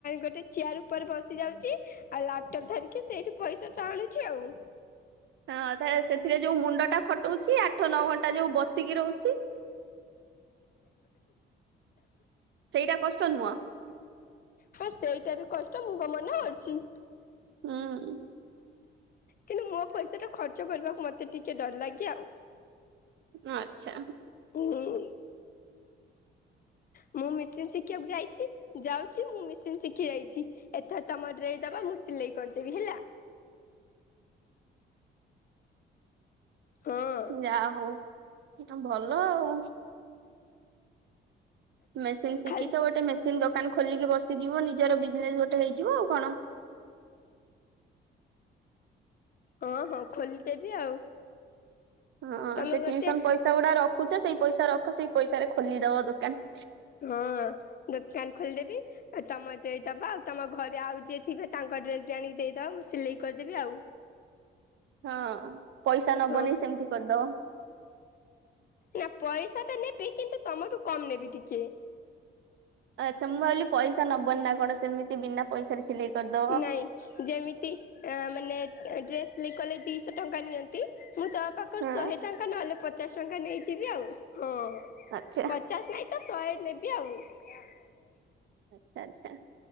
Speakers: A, on the left; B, on the right.
A: ଗୋଟେ ଚେୟାର ଉପରେ ବସି ଯାଉଛି। ଆଉ ଲାପଟପ୍ ଧରିକି ସେଇଠି ପଇସା ତ ଆଣୁଛି ଆଉ।
B: ହଁ ତା ସେଥିରେ ଯୋଉ ମୁଣ୍ଡ ଟା ଖଟଉଛି ଆଠ ନଅ ଘଣ୍ଟା ଯୋଉ ବସିକି ରହୁଛି ସେଇଟା କଷ୍ଟ ନୁହଁ?
A: ହଁ ସେଇଟା ବି କଷ୍ଟ ମୁଁ କଣ ମନା କରୁଛି।
B: ହୁଁ।
A: କିନ୍ତୁ ମୋ ପଇସା ଟା ଖର୍ଚ୍ଚ କରିବାକୁ ମତେ ଟିକେ ଡର ଲାଗେ ଆଉ।
B: ଆଚ୍ଛା।
A: ହୁଁ। ମୁଁ ମେସିନ୍ ଶିଖିବାକୁ ଯାଇଛି ଯାଉଛି ମୁଁ ମେସିନ୍ ଶିଖି ଯାଇଛି। ଏଥର ତମର ଡ୍ରେ ଦବା ମୁଁ ସିଲେଇ କରିଦେବି ହେଲା? ହଁ।
B: ଯାହା ହଉ ଭଲ ଆଉ। ମେସିନ ଶିଖିଛ
A: ଖାଲି
B: ଗୋଟେ ମେସିନ ଦୋକାନ ଖୋଲିକି ବସିଯିବ ନିଜର ବିଜନେସ ଗୋଟେ ହେଇଯିବ ଆଉ କଣ।
A: ହଁ ହଁ ଖୋଲିଦେବି ଆଉ
B: ହଁ
A: ତମେ
B: ସେ ଟିଉସନ
A: ଗୋଟେ
B: ପଇସା ଗୁଡା ରଖୁଛ ସେଇ ପଇସା ରଖ ସେଇ ପଇସାରେ ଖୋଲିଦବ ଦୋକାନ।
A: ହଁ ଦୋକାନ ଖୋଲିଦେବି ଆ ତମ ଡ୍ରେସ ଦବ ଆଉ ତମ ଘରେ ଆଉ ଯିଏ ଥିବେ ତାଙ୍କ ଡ୍ରେସ ବି ଆଣିକି ଦେଇଦବ ମୁଁ ସିଲେଇ କରିଦେବି ଆଉ
B: ହଁ ପଇସା ନବନି
A: ହଁ
B: ସେମିତି କରିଦବ।
A: ନାଁ ପଇସା ତ ନେବି କିନ୍ତୁ ତମଠୁ କମ ନେବି ଟିକେ।
B: ଆଚ୍ଛା ମୁଁ ଭାବିଲି ପଇସା ନବନି ନା କଣ ସେମିତି ବିନା ପଇସାରେ ସିଲେଇ କରିଦବ
A: ନାଇଁ। ଯେମିତି ଆ ମାନେ ଏଁ ଡ୍ରେସ ସିଲେଇ କଲେ ଦିଶହ ଟଙ୍କା ନିଅନ୍ତି ମୁଁ ତମ ପାଖ ଖରୁ
B: ହଁ।
A: ଶହେ ଟଙ୍କା ନହେଲେ ପଚାଶ ଟଙ୍କା ନେଇଯିବି ଆଉ ହଁ
B: ଆଚ୍ଛା।
A: ପଚ ଚାଷ ନାଇଁ ତ ଶହେ ନେବି ଆଉ। <inaudible>
B: ଏଟା ଆଚ୍ଛା।